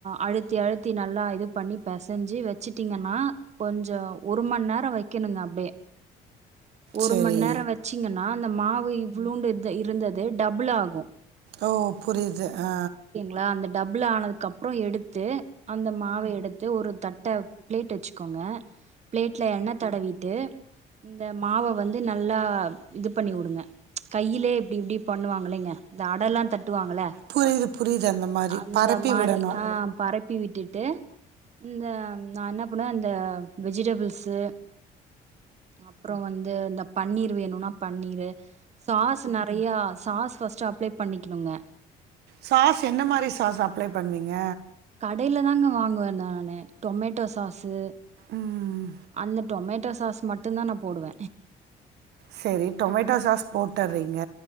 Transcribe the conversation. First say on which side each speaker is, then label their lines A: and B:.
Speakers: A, on the right; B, on the right.
A: அழுத்தி அழுத்தி நல்லா இது பண்ணி பெசைஞ்சு வச்சுட்டீங்கனா கொஞ்சோ ஒருமண் நேரோ வைக்கணுங்க அப்டே ஒருமண்
B: சரி
A: நேரோ வச்சீங்கனா அந்த மாவு இவ்ளோண்டு இட்த இருந்தது டபுள் ஆகு
B: ஓ புரிது ஆ
A: நா அந்த டபுள் ஆனதுகப்றோ எடுத்து அந்த மாவ எடுத்து ஒரு தட் ட்ட பிளேட் வச்சுக்கோங்க பிளேட்ல எண்ண தடவீட்டு இந்த மாவ வந்து நல்லா இது பண்ணி உடுங்க கையிலே இப்டி இப்டி பண்ணுவாங்குலேங்க இந்த அடலா தட்டுவாங்கள
B: புரியுது புரியுது அந்த மாதிரி
A: அந்த
B: பரப்பி
A: மாரி
B: விடணும்
A: ஆ பறை ப்பி விட்டுட்டு இந்த நா என்ன பண்ணுவ அந்த வெஜிடபிள்ஸு அப்றோ வந்து இந்த பன்னீர் வேணுனா பன்னீரு சாஸு நெறையா சாஸ் ஃபஸ்ட்டு அப்ளே பண்ணிக்கிணுங்க
B: சாஸ் என்ன மாரி சாஸ் அப்ளே பண்வீங்க
A: கடைல தாங்க வாங்குவ நானு டொமேட்டோ சாஸு
B: ம்
A: அந்த டொமேட்டோ சாஸ் மட்டுந்தா நா போடுவ
B: செரி டொமேட்டோ சாஸ் போட்டுறீங்க